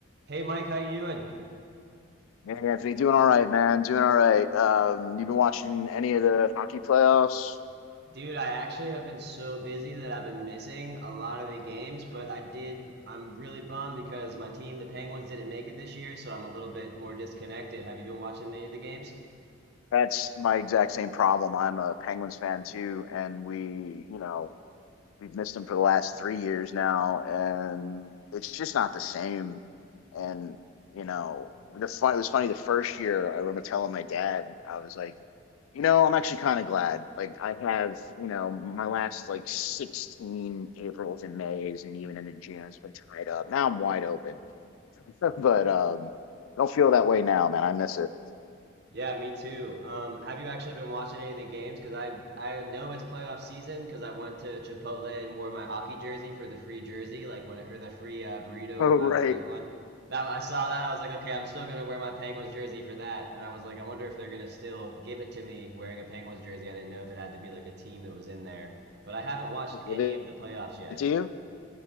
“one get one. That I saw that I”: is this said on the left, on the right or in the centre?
Right